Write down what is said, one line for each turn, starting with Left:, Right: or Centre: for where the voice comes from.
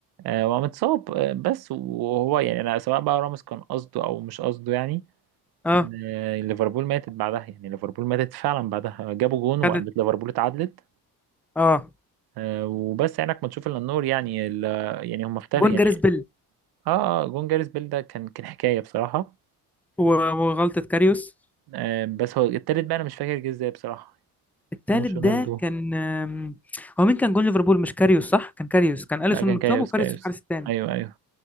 Right: ومتصاب آه، بس وهو يعني أنا سواء بقى راموس كان قصده أو مش قصده يعني
Centre: اه
Right: آه، ليفربول ماتت بعدها يعني ليفربول ماتت فعلا بعدها جابوا جون وقامت
Centre: خدت
Right: ليفربول اتعادلت
Centre: اه
Right: آه، وبس عينك ما تشوف الا النور يعني ال- يعني هم افتر
Centre: جون
Right: يعني
Centre: جاريس بيل
Right: اه اه جون جاريث بيل ده كان كان حكايه بصراحه
Centre: و- وغلطة كاريوس
Right: آه، بس هو التالت بقى انا مش فاكر جه ازاي بصراحه
Centre: التالت
Right: هو مش
Centre: ده
Right: رونالدو
Centre: كان آم، هو مين كان جون ليفربول مش كاريوس صح كان كاريوس كان أليسون
Right: لا كان
Centre: متصاب
Right: كايوس
Centre: وكاريوس
Right: كايوس
Centre: في الحارس التاني
Right: ايوه ايوه